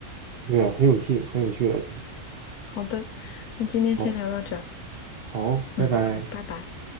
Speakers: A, on the right; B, on the left.
A: 对啊，很有趣，很有趣的，其实
B: 好的，那今天先聊到这儿，
A: 好，好，拜拜。
B: 嗯，好，拜拜。